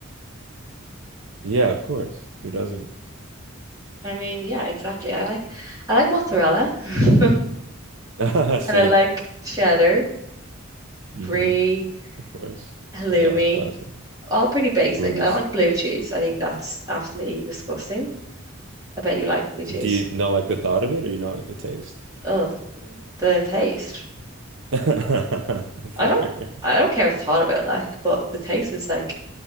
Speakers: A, on the right; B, on the right.
A: Yeah, of course. Who doesn't?
B: I mean, yeah, exactly. I like, I like mozzarella, <laughs> and
A: <laughs> Same.
B: I like cheddar,
A: hmm
B: brie,
A: Of course.
B: halloumi.
A: Yeah, classic.
B: All pretty basic.
A: Halloumi's.
B: I don't like blue cheese. I think that's absolutely disgusting. I bet you like blue cheese.
A: Do you not like the thought of it, or you not like the taste?
B: Oh, the, the taste.
A: <laughs> Fair.
B: I don't I don't care the thought of it like, but the taste is like,